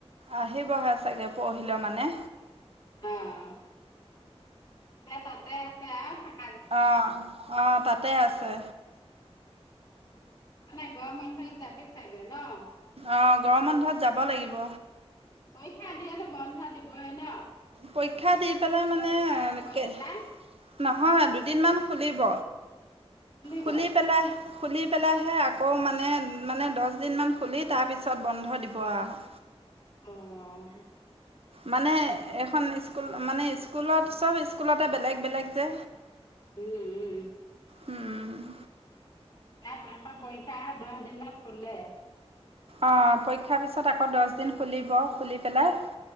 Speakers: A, on the right; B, on the left.
A: আহিবহে চাগে পৰহিলৈ মানে।
B: অ', এতিয়া তাতে আছে আৰু চাক
A: অ', অ', তাতে আছে।
B: মানে গৰম বন্ধত যাবি চাগে ন?
A: অ', গৰম বন্ধত যাব লাগিব।
B: পৰীক্ষা দিয়তো বন্ধ দিবই ন?
A: পৰীক্ষা দি পেলাই মানে
B: পৰীক্ষা হৈ
A: কেই
B: পেলাই
A: নহয় দুদিনমান খুলিব,
B: খুলিব।
A: খুলি পেলাই খুলি পেলাইহে আকৌ মানে মানে দচদিনমান খুলি তাৰপিছত বন্ধ দিব আৰু।
B: অ'
A: মানে
B: উম,
A: এখন ইস্কুল মানে ইস্কুলত চব ইস্কুলতে বেলেগ বেলেগ যে
B: উম, উম।
A: উম
B: <unintelligible> পৰীক্ষা দহ দিনত খুলে।
A: অ', পৰীক্ষাৰ পিছত আকৌ দচদিন খুলিব খুলি পেলাই